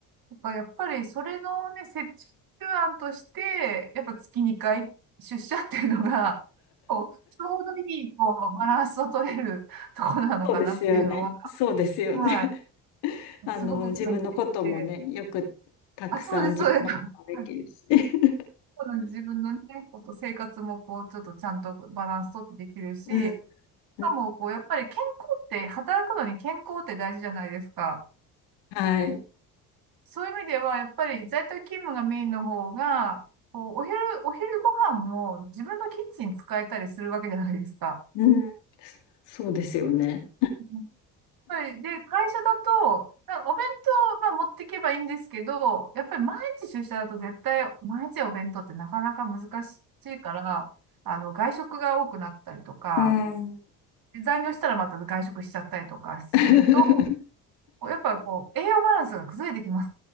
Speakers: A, on the right; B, on the left.
A: なんかやっぱりそれのね、折衷案として、やっぱ月2回出社っていうのが、こう、ちょうどいい、こう、バランスを取れるところなのかなっていうのは、
B: そうですよね、そうですよね。
A: は
B: <laughs> あの、
A: い、すごく感じていて、
B: 自分のこともね、よくたくさん自分のこともできるし。
A: あ、そうです、そうです。<laughs> はい
B: <laughs>
A: この自分のね、こと生活もこう、ちょっとちゃんとバランス取ってできるし、
B: うん、
A: し
B: うん
A: かもこう、やっぱり健康って、働くのに健康って大事じゃないですか。
B: はい。
A: そういう意味では、やっぱり在宅勤務がメインの方が、こう、お昼、お昼ご飯も自分のキッチン使えたりするわけじゃないですか。
B: うん、そうですよね。
A: うんやっぱりで、会社だと、なお弁当は持っていけばいいんですけど、やっぱり毎日出社だと絶対、毎日お弁当ってなかなか難しいから、あの、外食が多くなったりとか、
B: うん。
A: で残業したらまた外食しちゃったりとかすると、
B: <laughs>
A: やっぱこう、栄養バランスが崩れてきま